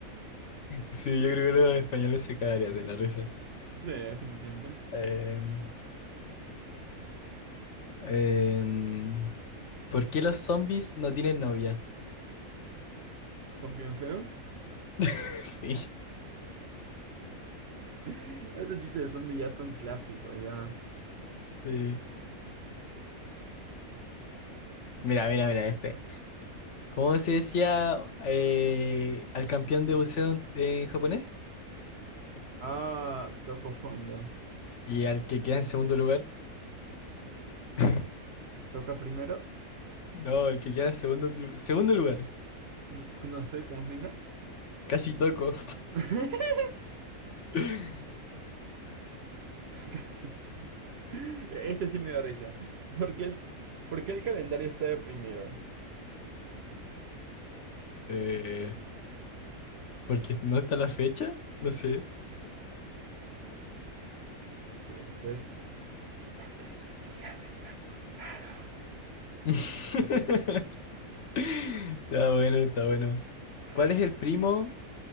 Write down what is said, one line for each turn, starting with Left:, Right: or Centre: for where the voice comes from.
Left: Sí, yo creo que los españoles se cagarían de la risa.
Right: Sí, definitivamente.
Left: Em, em, ¿por qué los zombies no tienen novia?
Right: ¿Son bien feos?
Left: <laughs> Sí,
Right: <laughs> Esos chistes de zombies ya son clásicos, ya.
Left: sí. Mira, mira, mira este. ¿Cómo se decía eh, al campeón de buceo en, en japonés?
Right: Ah, toco fondo.
Left: Y al que queda en segundo lugar. <laughs>
Right: ¿Toca primero?
Left: No, el que queda en segundo, lu- segundo lugar.
Right: Mm, No sé cómo se dice.
Left: Casi toco.
Right: <laughs>
Left: <laughs>
Right: Casi. to- Este sí me da risa. ¿Por qué el, por qué el calendario está deprimido?
Left: Eh, porque no está la fecha. No sé.
Right: Ok, este es. Porque sus días están contados.
Left: <laughs> Está bueno, está bueno.
Right: Pero
Left: ¿Cuál es
Right: bueno.
Left: el primo?